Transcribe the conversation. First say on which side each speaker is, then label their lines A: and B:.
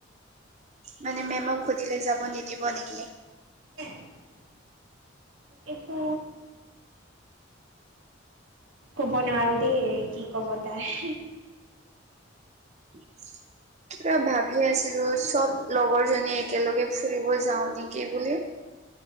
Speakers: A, on the right; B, on the right.
A: মানে মেমক সুধিলে যাব নিদিব নেকি?
B: <inaudible> এইটো ক'ব নোৱাৰোঁ দেই, কি ক'ব তাই।
A: <inaudible> কিবা ভাবি আছিলোঁ, চব লগৰ জনী একেলগে ফুৰিব যাও নেকি বুলি‌।